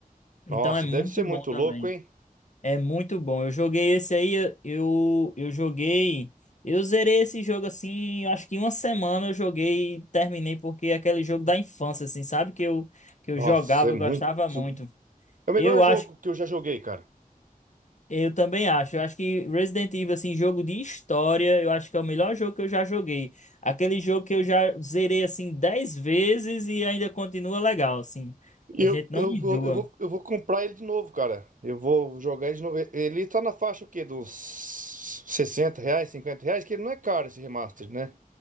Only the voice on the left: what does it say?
então
é muito
bom também.
É muito bom. Eu joguei esse aí, eu, eu joguei. Eu zerei esse jogo assim, eu acho que em uma semana eu joguei e terminei, porque é aquele jogo da infância, assim, sabe? Que eu, que eu
jogava,
eu
gostava muito.
Eu
acho,
eu também acho. Eu acho que Resident Evil, assim, jogo de história, eu acho que é o melhor jogo que eu já joguei. Aquele jogo que eu já zerei, assim, 10 vezes e ainda continua legal, assim.
A gente não
enjoa.